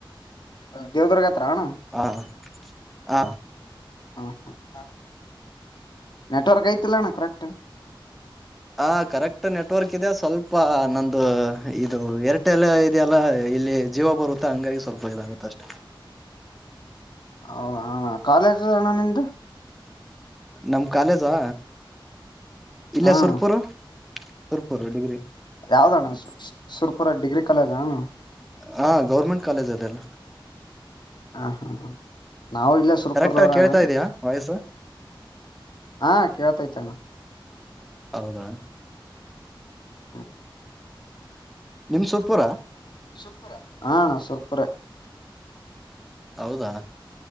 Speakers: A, on the left; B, in the centre.
A: ದೇವದುರ್ಗ ಅತ್ರ ಅಣ್ಣ
B: ಹ ಹ
A: ಹ ಹಾ ನೆಟ್ವರ್ಕ್ ಐತಿಲ್ಲಣ ಕರೆಕ್ಟ್
B: ಹ ಕರೆಕ್ಟ್ ನೆಟ್ವರ್ಕ್ ಇದೆ ಸ್ವಲ್ಪ ನಂದು ಇದು ಏರ್ಟೆಲ್ ಇದೆಯಲ್ಲ ಇಲ್ಲಿ ಜೀವ ಬರುತ್ತೆ ಹಂಗಾಗಿ ಸ್ವಲ್ಪ ಇದಾಗುತ್ತೆಷ್ಟೆ.
A: ಹೌದಣ ಕಾಲೇಜ್ ಅಣ್ಣ ನಿಮ್ದು.
B: ನಮ್ ಕಾಲೇಜಾ ಇಲ್ಲಯ
A: ಹ
B: ಸುರ್ಪೂರು
A: ಅಣ್ಣ
B: ಸುರ್ಪುರು ಡಿಗ್ರಿ.
A: ಯಾವ್ದಣ್ಣ ಸುರ್ಪುರ ಡಿಗ್ರಿ ಕಾಲೇಜ್ ಅಣ್ಣ
B: ಹಾ ಗೌರ್ಮೆಂಟ್ ಕಾಲೇಜ್ ಅದೆಲ್ಲ
A: ಹ ಹಾ ನಾವು ಇಲ್ಲೇ ಸುರ್ಪುರ್ದವರು
B: ಕರೆಕ್ಟ್ ಆಗಿ ಕೇಳ್ತಾ
A: ಅಣ್ಣ
B: ಇದಯಾ ವಾಯ್ಸ್
A: ಹಾ ಕೇಳ್ತೈತ ಅಣ್ಣ
B: ಹೌದಾ
A: ಹ್ಮ
B: ನಿಮ್ ಸುರ್ಪುರ
A: ಸುಪೂರ ಹ ಅಣ್ಣ ಸುಪೂರ
B: ಹೌದಾ